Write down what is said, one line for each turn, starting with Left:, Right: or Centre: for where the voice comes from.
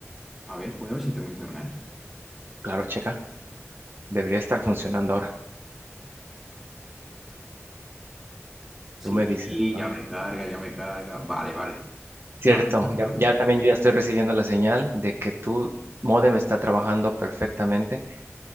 Centre: A ver, voy a ver si tengo internet.
Right: Claro, checa, debería estar funcionando ahora.
Centre: Sí,
Right: Tú me dices, ¿no?
Centre: ya me carga, ya me carga. Vale, vale.
Right: Cierto,
Centre: Ah, mayor,
Right: ya, ya también yo ya estoy recibiendo la señal de que tu módem está trabajando perfectamente.